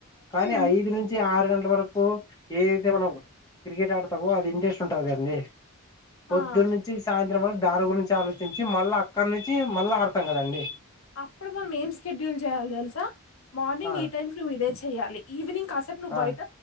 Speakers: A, on the left (about 15°); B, on the left (about 65°).
A: కానీ
B: ఉమ్
A: ఐదు నుంచి ఆరు గంటల వరకు ఏదైతే మనం క్రికెట్ ఆడతామో అది ఇంట్రెస్ట్ ఉంటది కందండి. పొద్దునా
B: ఆ
A: నుంచి సాయం త్రం మళ్ళ దారి గురించి ఆలోచించి మళ్ళీ అక్కడి నుంచి మళ్ళీ ఆడతాం కదండి.
B: అప్పుడు మనం ఏం స్కెడ్యూల్ చేయాలి. తెలుసా మార్నింగ్
A: ఆ
B: ఈ టైమ్కి నువ్వు ఇదే చెయ్యాలి ఈవినింగ్ కాసేపు నువ్వు
A: ఆ
B: బయట